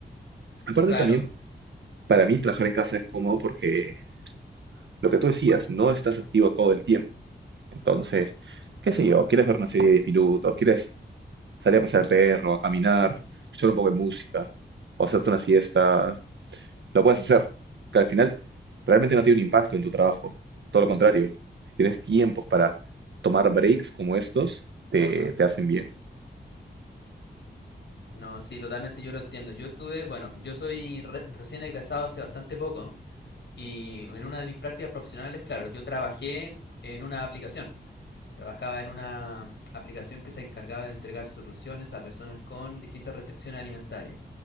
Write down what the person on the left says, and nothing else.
Claro.
No, sí, totalmente yo lo entiendo. Yo estuve, bueno, yo soy re- recién egresado hace bastante poco y en una de mis prácticas profesionales, claro, yo trabajé en una aplicación. Trabajaba en una aplicación que se encargaba de entregar soluciones a personas con distintas restricciones alimentarias.